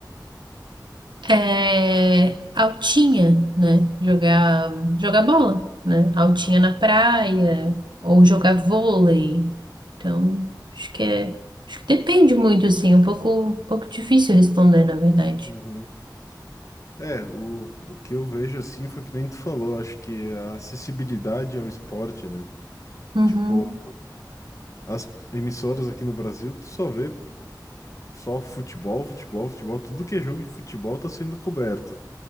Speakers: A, on the right (about 80°); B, on the left (about 45°).
A: é altinha, né? Jogar, jogar bola, né? Altinha na praia, ou jogar vôlei. Então, acho que é, acho que depende muito, assim, é um pouco, um pouco difícil responder, na verdade.
B: uhum. É, o, o que eu vejo assim foi que nem tu falou, acho que a acessibilidade ao esporte, né?
A: Uhum.
B: Tipo, As emissoras aqui no Brasil, tu só vê só futebol, futebol, futebol, tudo que é jogo de futebol tá sendo coberto.